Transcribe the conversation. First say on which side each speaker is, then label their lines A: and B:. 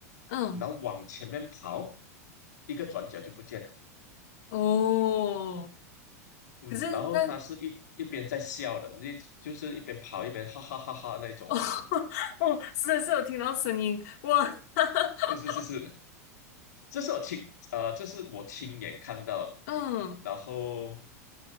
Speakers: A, on the left; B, on the left.
A: 嗯，
B: 然后往前面跑，一个转角就不见了。
A: 哦，
B: 嗯，
A: 可是那
B: 然后他是一一边在笑的，那就是一边跑一边哈哈哈哈那种。
A: 哦 <laughs> 哦，是的是有听到声音，哇，<laughs>
B: 是是是是，这是我亲呃，这是我亲眼看到，
A: 嗯
B: 然后